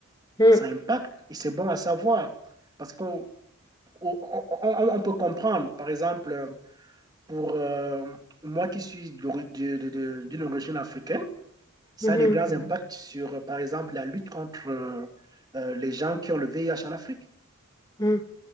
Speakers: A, on the left; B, on the right.
A: Mm.
B: Ça impacte et c'est bon à savoir parce qu'on on, on- on peut comprendre. Par exemple, euh, pour euh, moi qui suis d'une origine africaine, ça
A: Mhm.
B: a de grands impacts sur, euh, par exemple, la lutte contre euh, euh, les gens qui ont le VIH en Afrique.
A: Mm.